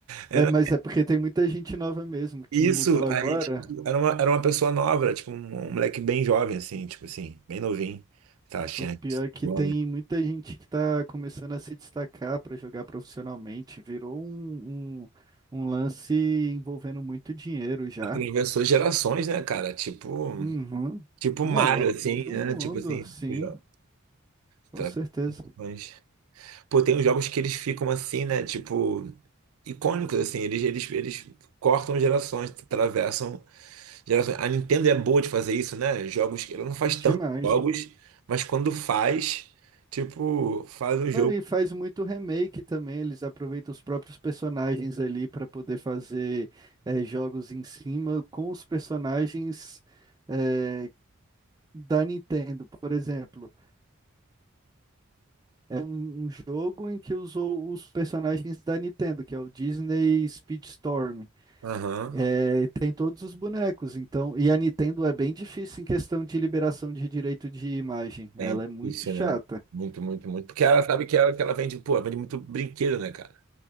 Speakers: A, on the right (about 85°); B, on the right (about 15°).
A: Era
B: É, mas é porque tem muita gente nova mesmo que
A: isso.
B: mudou agora.
A: Aí, tipo, era uma, era uma pessoa nova, era, tipo, um, um moleque bem jovem, assim, tipo assim, bem novinho. Tá achando.
B: O pior é que
A: Jovem.
B: tem muita gente que está começando a se destacar para jogar profissionalmente. Virou um, um, um lance envolvendo muito dinheiro já.
A: Atravessou gerações, né, cara? Tipo,
B: Uhum.
A: tipo
B: Não,
A: Mario,
B: é
A: assim,
B: todo
A: né?
B: mundo,
A: Tipo assim,
B: sim,
A: jo- atravessou
B: com certeza.
A: gerações. Pô, tem uns jogos que eles ficam assim, né? Tipo, icônicos, assim. Eles, eles, eles cortam gerações, atravessam gerações. A Nintendo é boa de fazer isso, né? Jogos que ela não faz
B: Demais.
A: tantos jogos, mas quando faz, tipo, faz um
B: Não,
A: jogo.
B: e faz muito remake também. Eles aproveitam os próprios personagens ali para poder fazer eh, jogos em cima com os personagens eh, da Nintendo, por exemplo. É um, um jogo em que usou os personagens da Nintendo, que é o Disney Speedstorm.
A: Aham.
B: É, tem todos os bonecos, então. E a Nintendo é bem difícil em questão de liberação de direito de imagem. Ela
A: Bem
B: é muito
A: difícil,
B: chata.
A: né? Muito, muito, muito. Porque ela sabe que ela, que ela vende, pô, ela vende muito brinquedo, né, cara?